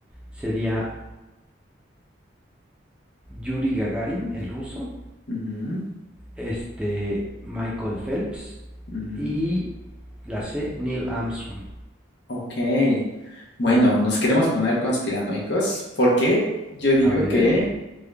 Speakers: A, in the centre; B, on the left.
A: Sería Yuri Gagarin, el ruso,
B: ujú,
A: este, Michael Phelps
B: ujú.
A: y la C, Neil Armstrong.
B: Ok. Bueno, nos queremos poner conspiranoicos porque yo digo
A: A ver,
B: que,